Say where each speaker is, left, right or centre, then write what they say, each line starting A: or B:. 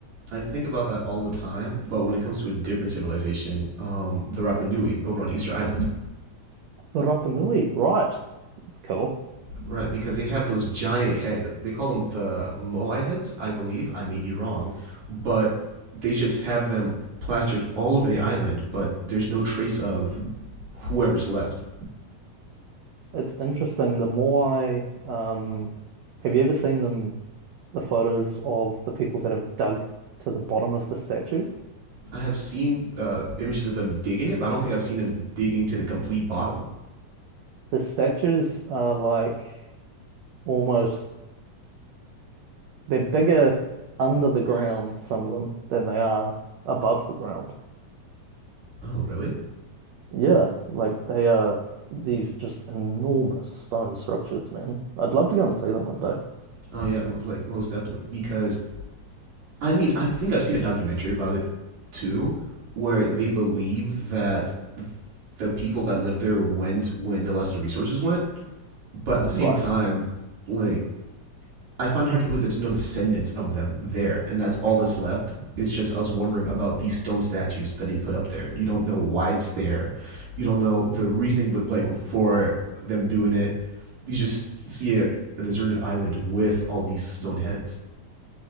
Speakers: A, on the right (about 60°); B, on the right (about 85°).
A: I think about that all the time, but when it comes to a different civilization, um, the Rapa Nui over on Easter Island,
B: Rapa Nui, right. That's cool.
A: right? Because they have those giant heads. They call them the Moai heads, I believe. I may be wrong, but they just have them plastered all over the island, but there's no trace of whoever's left.
B: It's interesting. The more I, um, have you ever seen them, the photos of the people that have dug to the bottom of the statues?
A: I have seen uh, images of them digging it, but I don't think I've seen them digging to the complete bottom.
B: The statues are like almost, they're bigger under the ground, some of them, than they are above the ground.
A: Oh, really?
B: Yeah, like they are these just enormous stone structures, man. I'd love to go and see them one day.
A: Oh yeah, like most definitely because I mean I think I've seen a documentary about it too, where they believe that the people that lived there went when the less resources went, but at the same
B: Right.
A: time, like I find it hard to believe there's no descendants of them there, and that's all that's left is just us wondering about these stone statues that they put up there. You don't know why it's there, you don't know the reasoning, but like for them doing it, you just see a, a deserted island with all these stone heads.